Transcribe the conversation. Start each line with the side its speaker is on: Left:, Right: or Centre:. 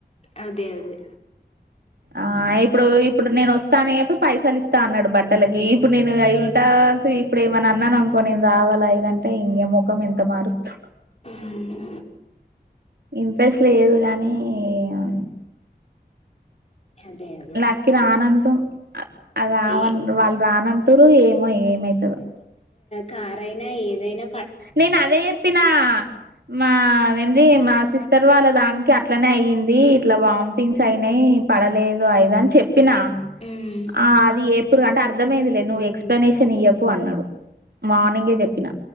Left: అదె అదే
Right: ఆ ఇప్పుడు ఇప్పుడు నేను వస్తానే ప్పి పైసలిస్తా అన్నాడు బట్టలకీ ఇప్పుడ్ నేను ఐ ఉల్టాస్ ఇప్పుడు ఏమన్నా అన్నాననుకో నేను రావాలా ఇదంటే ఇంగెం మోఖం ఇంత మారుస్త
Left: మ్మ్
Right: ఇంప్రెస్ లేదు గా నీ నీ ఇగ
Left: అదే అదే
Right: లక్కి రానుంటూ అయ్ అ రావ్
Left: ఏ
Right: <unintelligible> వాళ్ రానంటురూ ఏమో ఏమైతదో
Left: కారైన ఏదైన
Right: నెన్ అదే జెప్పినా మా ఎందీ మా సిస్టర్ వాళ్ళది దానికి అట్లనే అయ్యిందీ ఇట్లా వామ్టింగ్స్ అయినాయ్ పడలేదు నువ్ ఐదన్ చెప్ చెప్పినా
Left: ఉమ్
Right: ఆ అదీ ఏపుర్ అట అర్థమైందిలే నువ్ ఎక్స్ప్లెనేషన్ ఇయ్యకు అన్నడు మార్నింగే చెప్పినా